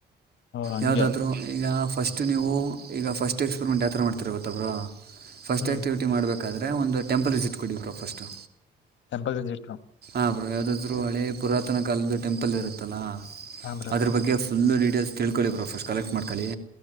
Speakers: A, on the left (about 70°); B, on the right (about 50°).
A: ಓ ಹಂಗೆ
B: ಯಾವು್ದಾದ್ೂ ಈಗ ಫಸ್ಟು ನೀವು ಈಗ ಫಸ್ಟ್ ಎಕ್ಸ್ಪೆರಿಮೆಂಟ್ ಯಾವ ಥರ ಮಾಡ್ತೀರ ಗೊತ್ತಬರಾ. ಫಸ್ಟ್
A: ಹ್ಮ್
B: ಆ್ಯಕ್ಟಿವಿಟಿ ಮಾಡ್ಬೇಕಾದ್ರೆ ಒಂದು ಟೆಂಪಲ್ ವಿಸಿಟ್ ಕೊಡಿದ್ರು ಫಸ್ಟು.
A: ಟೆಂಪಲವಿಸಿಟ ಲಾವ್
B: ಹಾ ಬರೋ ಯಾವುದಾದ್ರೂ ಹಳೇ ಪುರಾತನ ಕಾಲದ್ದ ಟೆಂಪಲ್ ಇರುತ್ತಲ್ಲ
A: ಹಾ ಬ್ರೋ
B: ಅದ್ರ ಬಗ್ಗೆ. ಫುಲ್ಲು ಡೀಟೇಲ್ಸ್ ತಿಳ್ಕೊಳ್ಳಿ ಪ್ರೊಫೆಸ್ ಕಲೆಕ್ಟ್ ಮಾಡ್ಕೊಳ್ಳಿ